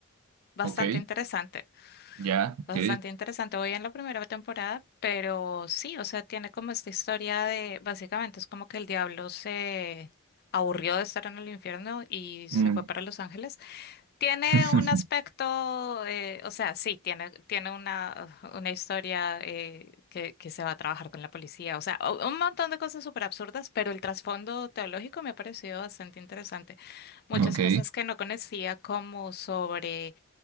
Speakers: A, on the left; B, on the right.
A: bastante
B: Ok,
A: interesante,
B: ya, ok.
A: bastante interesante. Voy en la primera temporada, pero sí, o sea, tiene como esta historia de, básicamente es como que el diablo se aburrió de estar en el infierno y se
B: Mm.
A: fue para Los Ángeles. Tiene
B: <laughs>
A: un aspecto, eh, o sea, sí, tiene, tiene una, una historia eh, que, que se va a trabajar con la policía, o sea, u- un montón de cosas súper absurdas, pero el trasfondo teológico me ha parecido bastante interesante. Muchas
B: Ok.
A: cosas que no conocía, como sobre